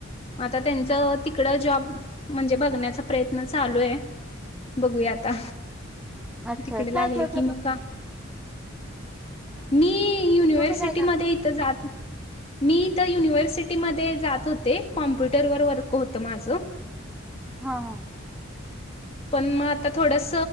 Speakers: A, on the left; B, in the centre.
A: आता त्यांच तिकड जॉब म्हणजे बघण्याचा प्रयत्न चालू आहे बघूया आता
B: अच्छा
A: तिकडे लागले
B: काय करता
A: की मग
B: तुम
A: का मी युनिव्हर्सिटीमध्ये
B: तुम्ही काय करता?
A: इथं जात मी तर युनिव्हर्सिटीमध्ये जात होते कॉम्प्युटरवर वर्क होत माझं
B: हा हा
A: पण मग आता थोडस